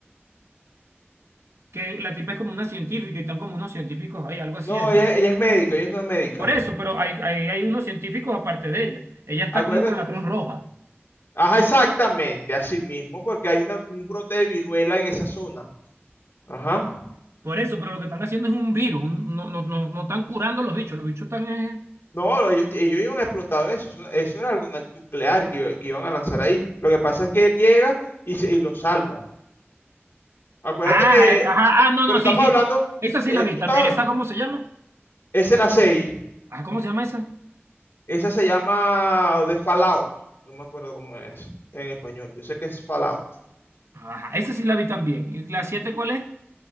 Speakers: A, on the right; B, on the left.
A: que la tipa es como una científica y están como unos científicos ahí, algo así
B: No,
A: es, ¿no?
B: ella, ella es médica, ella es no médica.
A: Por eso, pero hay, hay, hay unos científicos aparte de ella. Ella está
B: Acuérdate,
A: como con la Cruz Roja.
B: Ajá, exactamente, así mismo, porque hay una- un brote de viruela en esa zona. Ajá.
A: Por eso, pero lo que están haciendo es un virus. un- no, no, no, no están curando los bichos. Los bichos están. eh,
B: No, ellos, ellos iban a explotar eso, eso, eso era algo na- nuclear que, iba- que iban a lanzar ahí. Lo que pasa es que él llega y, se- y lo salva. Acuérdate
A: Ah,
B: que,
A: eh, ajá, ah, no,
B: pero
A: no,
B: estamos
A: sí, sí,
B: hablando,
A: sí. Esa sí
B: eh,
A: la vi
B: tú
A: también.
B: estás hablando,
A: ¿Esa cómo se llama?
B: es la 6,
A: Ah, ¿cómo se llama esa?
B: esa se llama de Fallout, no me acuerdo cómo es en español, yo sé que es Fallout.
A: Ajá, esa sí la vi también. ¿Y la siete cuál es?